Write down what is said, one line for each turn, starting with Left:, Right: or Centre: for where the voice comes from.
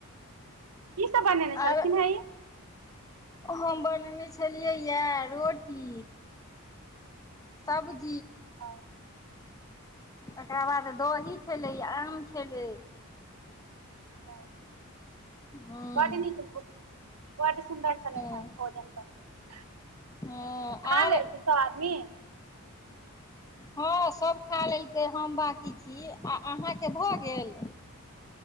Right: की सब बनेने छलखिन
Left: आर
Right: हे ई
Left: हम बनयने छलियैए रोटी सब्जी
Right: हम
Left: तकर बाद दही छलै आम छलै
Right: हँ
Left: हँ
Right: बड नीक बड सुन्दर छलनि
Left: हँ
Right: हेँ भोजन तऽन
Left: हँ
Right: खा
Left: आर
Right: लेलखिन सभ आदमी
Left: हँ सभ खा लेलकै हम बाँकी छी आ अहाँके भऽ गेल